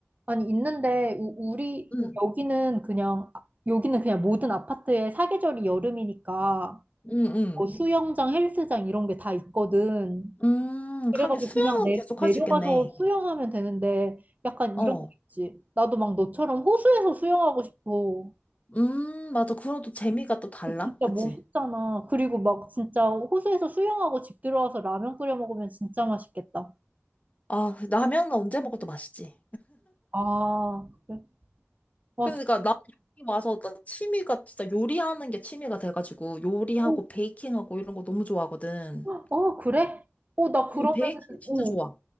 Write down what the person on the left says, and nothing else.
응,
응, 응.
음,
하긴 수영은
계속
할 수 있겠네.
어,
음, 맞아. 그런 또 재미가 또 달라.
그치?
아, 라면 언제 먹어도 맛있지.
그러니까
나는 여기 와서 나 취미가 진짜 요리하는 게 취미가 돼가지고 요리하고
베이킹하고 이런 거 너무 좋아하거든.
응, 베이킹 진짜
좋아.